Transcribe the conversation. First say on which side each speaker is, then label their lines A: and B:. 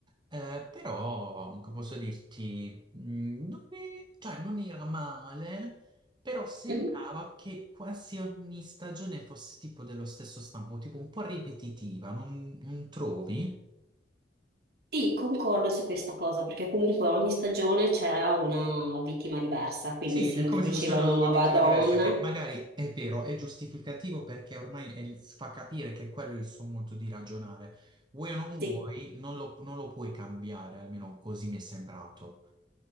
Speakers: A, on the right (about 25°); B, on the right (about 60°).
A: eh, però come posso dirti, mh, non è- cioè, non era male, però sembrava
B: mhm.
A: che quasi ogni stagione fosse tipo dello stesso stampo, tipo un po' ripetitiva, non, non trovi?
B: Sì, concordo su questa cosa, perché comunque ogni stagione c'era una vittima diversa, quindi
A: Sì,
B: si
A: è
B: introduceva
A: come se fosse una
B: una
A: nuova
B: nuova
A: obiettiva
B: donna.
A: diversa, che magari è vero, è giustificativo perché ormai è il- fa capire che quello è il suo modo di ragionare. Vuoi o non vuoi,
B: Sì.
A: non lo, non lo puoi cambiare, almeno così mi è sembrato.